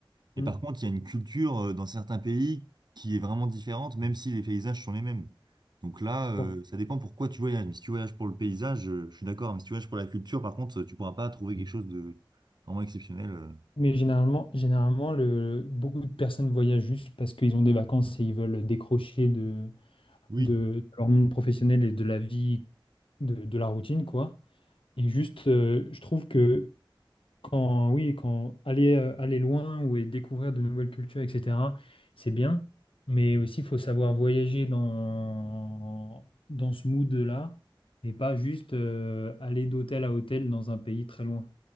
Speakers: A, on the left; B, on the right.
A: Hmm.
B: Et par contre, il y a une culture euh, dans certains pays qui est vraiment différente, même si les paysages sont les mêmes. Donc là,
A: C'est
B: euh,
A: pour-
B: ça dépend pourquoi tu voyages. Mais si tu voyages pour le paysage, euh, je suis d'accord. Mais si tu voyages pour la culture, par contre, tu pourras pas trouver quelque chose de vraiment exceptionnel. euh.
A: Mais généralement, généralement le, beaucoup de personnes voyagent juste parce qu'ils ont des vacances et ils veulent décrocher de,
B: Oui.
A: de, de leur monde professionnel et de la vie, de, de la routine, quoi. Et juste, euh, je trouve que Quand, oui, quand aller, euh, aller loin ou et découvrir de nouvelles cultures, etc., c'est bien. Mais aussi, il faut savoir voyager dans, dans ce mood-là et pas juste euh, aller d'hôtel à hôtel dans un pays très loin.